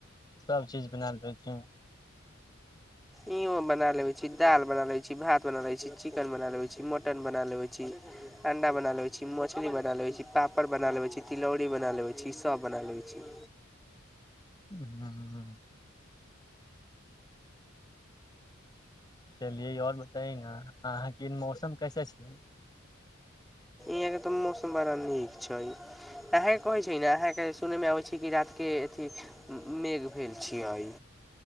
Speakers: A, on the left; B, in the centre.
A: सभ चीज बना रहल छै
B: इहो बना लेवे छी दाल बना ले छी भात बना ले छी चिकेन बना ले छी मटन बना लेवे छी अड बनल मछली बना लेै छी पापड़ बना लेबे छी तिलौरीी बना लेबे छी सभ बना लेै छी
A: ह चलिये आओर बताय ना अहाँके मौसम कैसे छैिय
B: यह के तऽ मौसम बड़ा नीक छै अहां के कहे छै ने अहाँके सुनय मे आबे छै कि रात के अथ मेघ भेलेल छियइ